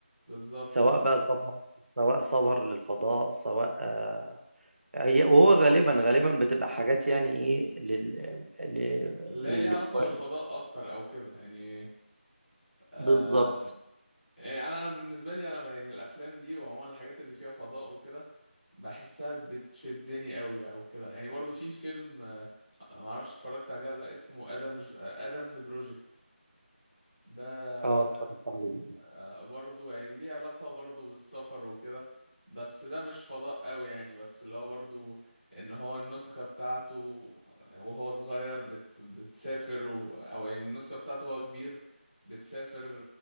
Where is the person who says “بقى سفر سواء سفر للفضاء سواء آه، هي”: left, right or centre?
Right